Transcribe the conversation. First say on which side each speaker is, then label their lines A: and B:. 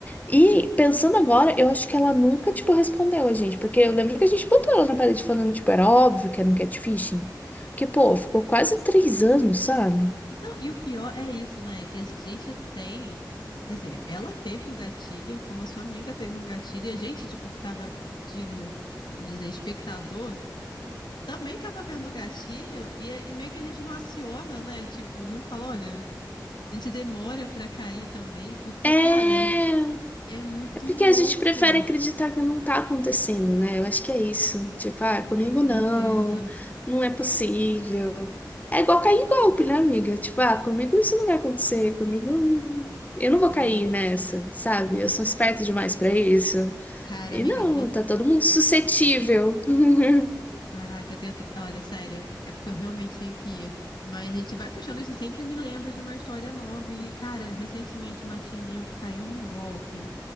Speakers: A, on the left (about 20°); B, on the left (about 85°).
A: E pensando agora, eu acho que ela nunca, tipo, respondeu a gente. Porque eu lembro que a gente botou ela na parede falando, tipo, era óbvio que era um catfishing. Porque, pô, ficou quase três anos, sabe?
B: Não, e o pior é isso, né? Que a gente tem. Quer dizer, ela teve o gatilho, como a sua amiga teve um gatilho, e a gente, tipo, que tava de, vamos dizer, espectador, também tava vendo o gatilho, e, e meio que a gente não aciona, né? Tipo, não fala, olha, a gente demora pra cair também, porque,
A: É.
B: cara, é muito
A: Porque
B: louco,
A: a gente prefere acreditar que não tá acontecendo, né? Eu acho que é isso. Tipo, ah, comigo
B: com certeza.
A: não, não é possível. É igual cair em golpe, né, amiga? Tipo, ah, comigo isso não vai acontecer, comigo não- eu não vou
B: Nossa.
A: cair nessa, sabe? Eu sou esperta demais pra isso.
B: Cara,
A: E
B: amiga,
A: não,
B: eu vou
A: tá todo mundo suscetível. <laughs>
B: Caraca, eu tenho até... Olha, sério, é porque eu realmente tenho que ir. Mas a gente vai puxando isso e sempre me lembra de uma história nova. E, cara, recentemente uma tia minha caiu num golpe.